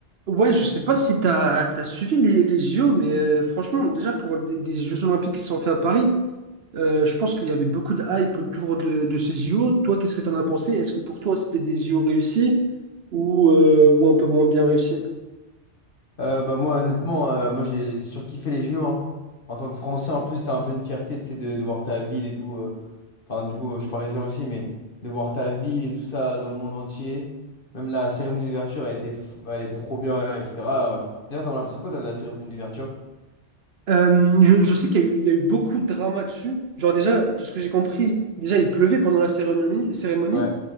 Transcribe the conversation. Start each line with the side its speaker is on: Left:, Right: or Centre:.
Right: Ouais, je sais pas si t'as as suivi les, les JO, mais euh, franchement, déjà pour des, des Jeux Olympiques qui se sont faits à Paris, euh, je pense qu'il y avait beaucoup de hype autour de, de ces JO. Toi, qu'est-ce que t'en as pensé? Est-ce que pour toi c'était des JO réussis ou, euh, ou un peu moins bien réussis?
Left: Euh, bah moi honnêtement euh, moi j'ai surkiffé les JO hein. En tant que Français en plus c'était un peu une fierté tu sais, de, de voir ta ville et tout euh. Enfin du coup je suis parisien aussi mais de voir ta ville et tout ça dans le monde entier même la cérémonie d'ouverture elle était f- elle était trop bien euh, etc euh. D'ailleurs t'en as pensé quoi toi de la cérémonie d'ouverture?
Right: Euh, je, je sais qu'il y a eu, il y a eu beaucoup de drama dessus. Genre déjà, de ce que j'ai compris, déjà il pleuvait pendant la cérémonie, cérémonie.
Left: Ouais.